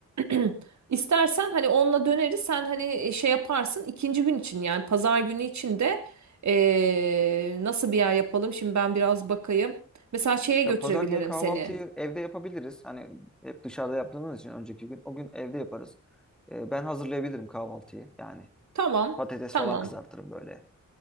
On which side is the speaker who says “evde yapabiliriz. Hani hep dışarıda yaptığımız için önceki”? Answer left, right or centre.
Centre